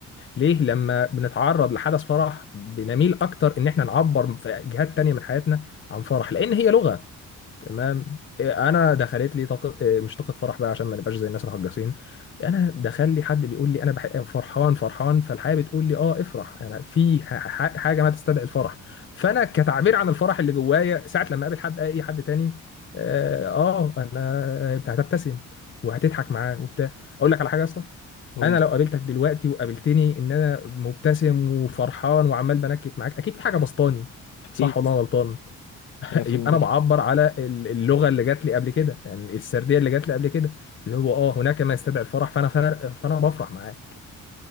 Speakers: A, on the left; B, on the left.
A: ليه لما بنتعرض لحدث فرح بنميل اكتر ان احنا نعبر في جهات تانية من حياتنا عن فرح لان هي لغة تمام إيه، انا دخلت لي طاقه إيه، مش طاقه فرح بقى عشان ما نبقاش زي الناس الهجاسين انا دخل لي حد بيقول لي انا بح... فرحان فرحان فالحياه بتقول لي اه افرح انا في ح... ح- حاجه ما تستدعي الفرح فانا كتعبير عن الفرح اللي جوايا ساعه لما اقابل حد اي حد تاني اه آه، انا آه، بتاع- هتبتسم وهتضحك معاه وبتاع اقول لك على حاجه يا اسطى
B: قولي
A: انا لو قابلتك دلوقتي وقابلتني ان انا مبتسم وفرحان وعمال بنكت معاك اكيد في حاجه بسطاني
B: أكيد
A: صح ولا أنا غلطان <laughs>
B: مية في
A: يبقى
B: المية
A: انا بعبر على ال- اللغه اللي جات لي قبل كده يعني السرديه اللي جات لي قبل كده اللي هو اه هناك ما يستدعي الفرح فانا فر... فانا بفرح معاك